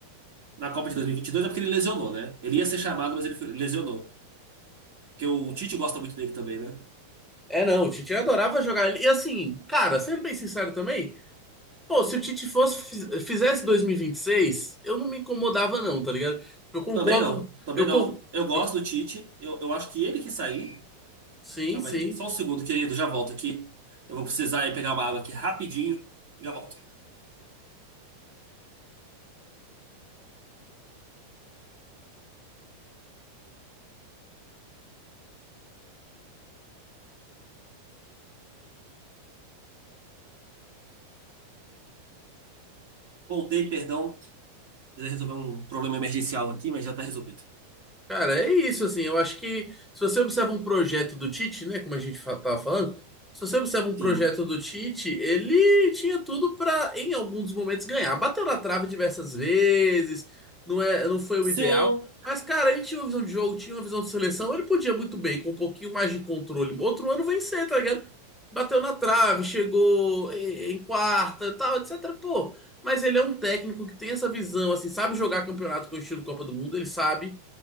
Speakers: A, on the right; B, in the centre.
A: na Copa de 2022 é porque ele lesionou, né? Ele ia ser chamado, mas ele foi- lesionou. Porque o Tite gosta muito dele também, né?
B: É, não, o Tite adorava jogar ele. E assim, cara, sendo bem sincero também, pô, se o Tite fosse, fiz- fizesse 2026, eu não me incomodava, não, tá ligado? Eu concordo.
A: Também não, também
B: Eu,
A: não.
B: con-
A: Eu gosto
B: eu,
A: do Tite, eu, eu acho que ele que sair.
B: sim,
A: Calma
B: sim.
A: aí. Só um segundo, querido, já volto aqui. Eu vou precisar ir pegar uma água aqui rapidinho. Já volto. Voltei, perdão. Precisei resolver um problema emergencial aqui, mas já tá resolvido.
B: Cara, é isso, assim, eu acho que se você observa um projeto do Tite, né, como a gente fa- tava falando, se você observa um projeto
A: Sim.
B: do Tite, ele tinha tudo para em alguns momentos, ganhar. Bateu na trave diversas vezes, não é, não foi o
A: Sim.
B: ideal, mas, cara, ele tinha uma visão de jogo, tinha uma visão de seleção, ele podia muito bem, com um pouquinho mais de controle, outro ano vencer, tá ligado? Bateu na trave, chegou em em quarta, tal, etc, pô, mas ele é um técnico que tem essa visão, assim, sabe jogar campeonato com o estilo Copa do Mundo, ele sabe,